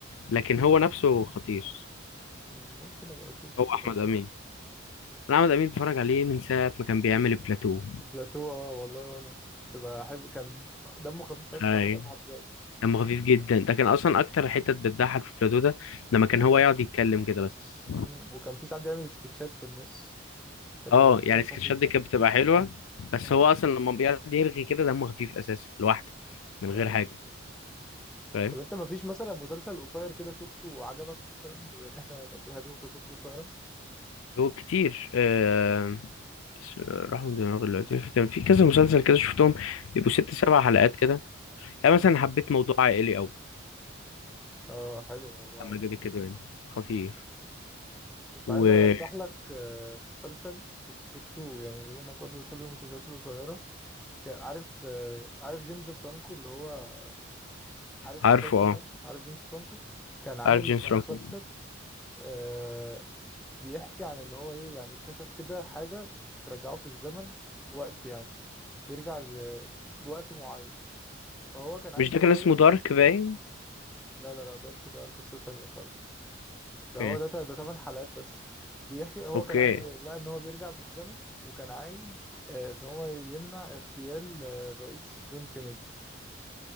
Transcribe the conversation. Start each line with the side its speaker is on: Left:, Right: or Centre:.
Left: لكن هو نفسه خطير
Centre: مم، ممكن أبقى أشوفه
Left: هو أحمد
Centre: كده ولا
Left: أمين أنا أحمد أمين بتفرج عليه من ساعة ما كان بيعمل البلاتو
Centre: بلاتو آه والله وأنا كنت بحب كان دمه خفيف فشخ
Left: هاي
Centre: عامة لحد دلوقتي
Left: دمه خفيف جدا ده كان اصلا اكتر حتت بتضحك في بلاتو ده لما كان هو يقعد يتكلم كده بس
Centre: مم، وكان في ساعات بيعمل سكتشات في النص كان
Left: اه
Centre: بيبقى دمها
Left: يعني
Centre: خفيف
Left: السكتشات دي كانت بتبقى حلوه بس
Centre: آه.
Left: هو اصلا لما بيقعد يرغي كده دمه خفيف اساسا لوحده من
Centre: آه.
Left: غير حاجه فاهم
Centre: طب انت ما فيش مثلا مسلسل قصير كده شفته وعجبك مثلا بما ان احنا بنحب المسلسلات القصيره
Left: هو كتير آه... بس راح من دماغي دلوقتي كان في كذا مسلسل كده شفتهم بيبقوا ست سبع حلقات كده يعني
Centre: آه.
Left: مثلا حبيت موضوع عائلي قوي
Centre: اه حلو الموضوع
Left: لما
Centre: يعني
Left: جد كده يعني خطير
Centre: كنت
Left: وعارفه
Centre: عايز ارشح لك آه، مسلسل كنت شفته يعني بما انك برضه بتحب المسلسلات القصيره كان عارف آه، عارف جيمس فرانكو اللي هو عارف
Left: اه
Centre: سبايدر مان عارف جيمس فرانكو كان عامل
Left: عارف جيمس
Centre: مسلسل
Left: فرانكو
Centre: آه، بيحكي عن ان هو ايه يعني اكتشف كده حاجه ترجعه في الزمن وقت يعني يرجع ل- لوقت معين فهو كان عايز
Left: مش ده
Centre: يغير
Left: كان اسمه دارك باين
Centre: لا لا لا دارك ده قصة تانية خالص ده
Left: اوكي
Centre: هو ده ده تمن حلقات بس بيحكي هو
Left: اوكي
Centre: كان عايز لا ان هو بيرجع بالزمن وكان عايز آه، ان هو يمنع اغتيال آه، الرئيس جون كينيدي